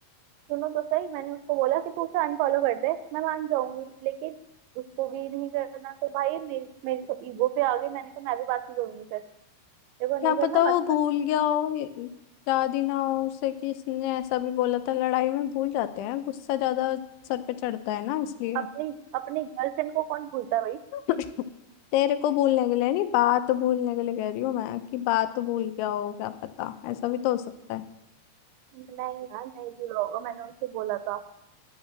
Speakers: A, on the right (about 80°); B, on the left (about 85°).
A: सुनो तो सही मैंने उसको बोला कि तू उसे अनफॉलो कर दे मैं मान जाऊंगी लेकिन उसको भी नहीं करना तो भाई मेरी मेरी तो ईगो पे आ गई मैंने कहा मैं भी बात नहीं करूंगी फिर देखो नहीं
B: क्या
A: करना
B: पता वो
A: मत
B: भूल
A: कर
B: गया हो याद ही ना हो उसे कि इसने ऐसा भी बोला था लड़ाई में भूल जाते हैं गुस्सा ज्यादा सर पे चढ़ता है ना इसलिए
A: अपनी अपनी गर्लफ्रेंड को कौन भूलता है भाई
B: <coughs> तेरे को भूलने के लिए नहीं बात भूलने के लिए कह रही हूँ मैं कि बात भूल गया हो क्या पता ऐसा भी तो हो सकता है
A: नहीं यार नहीं भूला होगा मैंने उसे बोला था